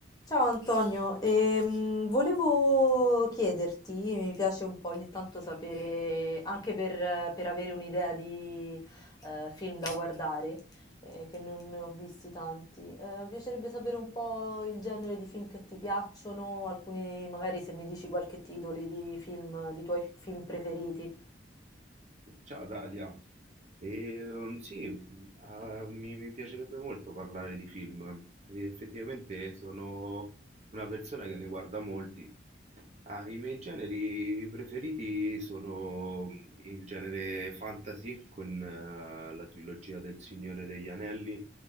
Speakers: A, on the left; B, on the right.
A: Ciao Antonio, ehm, volevo chiederti, mi piace un po' ogni tanto sapere, anche per, per avere un'idea di eh, film da guardare, eh, che non ne ho visti tanti, eh, mi piacerebbe sapere un po' il genere di film che ti piacciono, alcuni magari se mi dici qualche titolo di film, di tuoi film preferiti.
B: Ciao Dalia, e, um, sì, mh, ah, mi, mi piacerebbe molto parlare di film. E effettivamente sono una persona che ne guarda molti. Ah, i miei generi preferiti sono mh, il genere fantasy con eh, la trilogia del Signore degli Anelli,